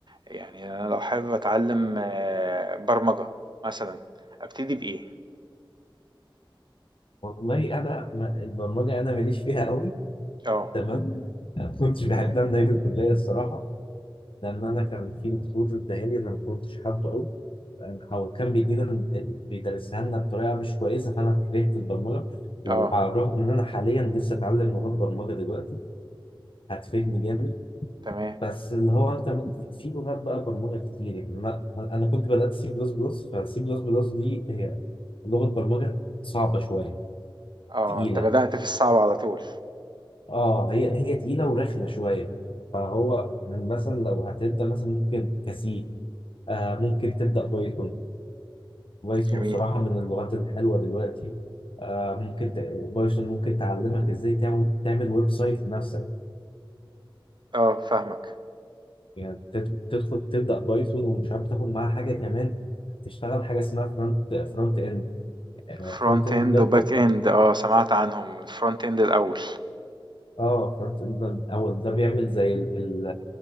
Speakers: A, on the right; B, on the left.
A: يعني انا لو حابب اتعلم آه، برمجة مثلا ابتدي بإيه
B: والله انا ما البرمجه انا ماليش فيها قوي
A: اه
B: تمام ما كنتش بحبها من ايام الكليه الصراحه لان انا كان في دكتور اداها لي انا ما كنتش حابه قوي او كان بيدينا ال- ال- بيدرسها لنا بطريقه مش كويسه فانا كرهت البرمجه وعلى
A: اه
B: الرغم ان انا حاليا نفسي اتعلم لغات برمجه دلوقتي هتفيدني جامد
A: تمام
B: بس اللي هو انت ممكن في لغات بقى برمجه كتير يعني انا انا كنت بدات سي بلس بلس فسي بلس بلس دي هي لغه برمجه صعبه شويه
A: اه
B: تقيله
A: انت بدأت في الصعب على طول
B: اه هي هي تقيله ورخمه شويه فهو يعني مثلا لو هتبدا مثلا ممكن كسي آه ممكن تبدا بايثون بايثون
A: جميل
B: صراحة من اللغات الحلوة دلوقتي آه ممكن ت... بايثون ممكن تعلمك ازاي تعمل تعمل ويب سايت لنفسك
A: اه فاهمك
B: يعني تد- تدخل تبدأ بايثون ومش عارف تاخد معاها حاجة كمان تشتغل حاجة اسمها فرونت فرونت اند آه،
A: فرونت
B: فرونت اند
A: اند
B: ده
A: وباك
B: بتبقى-
A: اند اه سمعت عنهم الفرونت اند الاول
B: اه فرونت اند ده اول ده بيعمل زي ال... ال...